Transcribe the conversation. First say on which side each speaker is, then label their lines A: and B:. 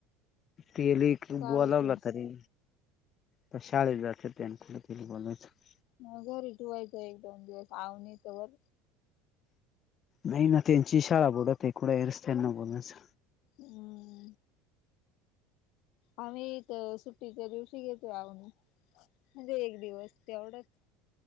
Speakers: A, on the left (about 40°); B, on the left (about 55°).
A: ते लेकरू
B: शाळेतून.
A: बोलावलं तरी. तर शाळेत जाते त्या कुठे बोलायचं
B: मंग घरी ठेवायचा एक दोन दिवस अवनी तवर
A: नाही ना त्यांची शाळा बूडत आहे कुडं हरच त्यांना बोलण्याचं.
B: ह्म. आम्हीथ सुट्टीच्या दिवशी घेतो आण म्हणजे एक दिवस तेवढंच